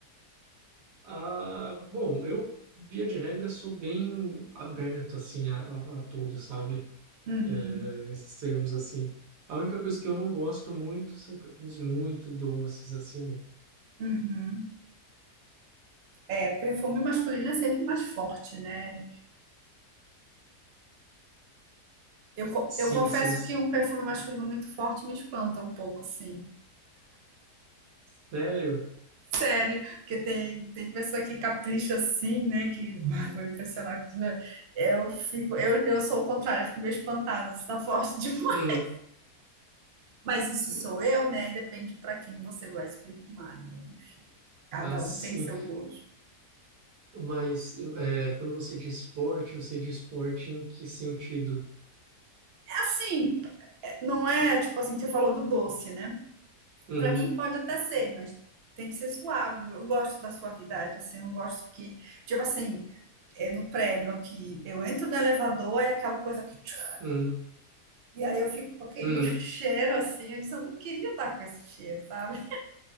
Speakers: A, on the right; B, on the right.
A: Ah, bom, eu, via de regra, sou bem aberto, assim, a, a, a tudo, sabe?
B: Uhum,
A: É, nesses termos, assim. A única coisa que eu não gosto muito são perfumes muito doces, assim.
B: uhum. É, perfume masculino é sempre mais forte, né? Eu, co-
A: Sim,
B: eu confesso
A: sim, sim.
B: que um perfume masculino muito forte me espanta um pouco, assim.
A: Sério?
B: Sério, porque tem, tem pessoa que capricha assim, né? Que uai, vou impressionar. com- Eu fico, eu, eu sou o contrário, eu fico meio espantada, se tá forte <laughs> demais.
A: Uhum.
B: Mas isso
A: Mas,
B: sou eu, né? E depende para quem você vai se perfumar, né? Cada
A: ah, sim.
B: um tem seu gosto.
A: Mas é, quando você diz esporte, você diz esporte em que sentido?
B: É assim, é, não é tipo assim, você falou do doce, né?
A: Uhum,
B: Para mim pode até ser, mas tem que ser suave. Eu gosto da suavidade, assim, eu não gosto que, tipo assim, é no prédio aqui, eu entro no elevador, é aquela coisa que. tchum,
A: uhum,
B: E aí eu fico com aquele
A: uhum.
B: <laughs> cheiro assim, eu disse, eu não queria estar com esse cheiro, sabe?